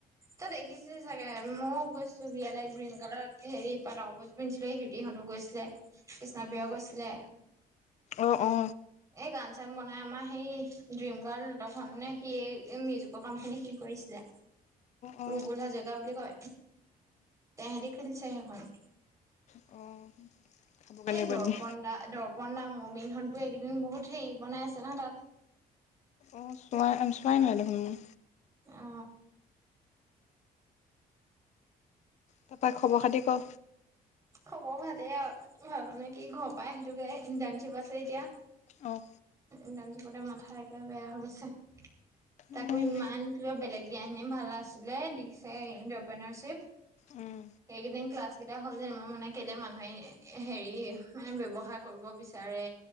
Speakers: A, on the right; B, on the left.
A: তই দেখিছ চাগে ময়ো গৈছিলো বিয়ালৈ গ্ৰীণ কাৰ হেৰি পাত কাপোযোৰ পিন্ধিছিলে হিৰিহঁতো গৈছিলে কৃষ্ণাপিয়াও
B: অ
A: গৈছিলে <unintelligible>
B: অ অ
A: এই গান চান বনাই আমাৰ সেই ড্ৰিম গাৰ্ল নাটক খে সি মিউজিকৰ কাম খিনি সি কৰি দিলে
B: অ অ
A: ৰুবুল হাজৰিকা বুলি কয় তেহেতি খুলিছে সেইখন
B: অ খাবগে
A: এ
B: লাগিব
A: দৰ্পন
B: এদিন
A: দা দৰ্প পন্দা মমিন বোৰ এইকেইদিন বহুত হেৰি বনাই আছে নহয় তাত <unintelligible>
B: অ চাই চোৱাই নাই দেখোন মই
A: অ
B: তা পা খবৰ খাতি ক
A: খবৰ ভালেই আৰু ভাল নে কি ঘৰৰ পৰা আহিলোগে ইণ্টাৰ্ণশ্বিপ আছে এতিয়া
B: অঁ
A: ইন্টাৰ্ণশ্বিপতে মাথা একেবাৰে বেয়া হৈ গৈছে। তাকো
B: উম
A: ইমান কিবা বেলেগ দিয়াখিনি ভাল আছিলে দিছে ইণ্টাৰপ্ৰেনৰশ্বিপ।
B: উম
A: এইকেদিন ক্লাছ কেইটা হ'ল যে মই মানে কেলে মানুহে হেৰি মানে ব্যৱসায় কৰিব বিচাৰে